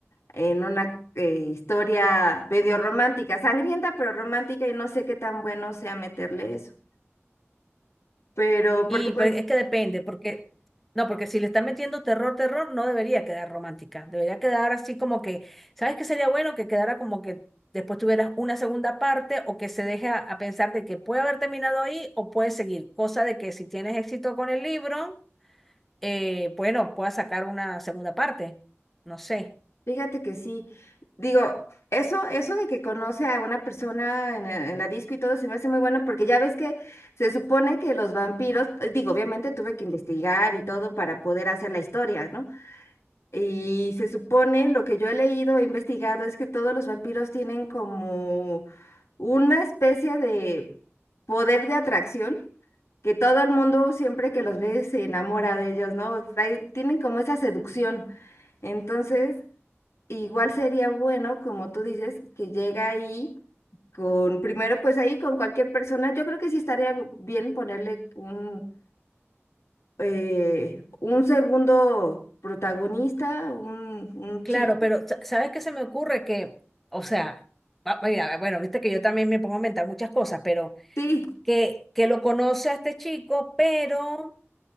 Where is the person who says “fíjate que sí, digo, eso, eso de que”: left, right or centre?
Left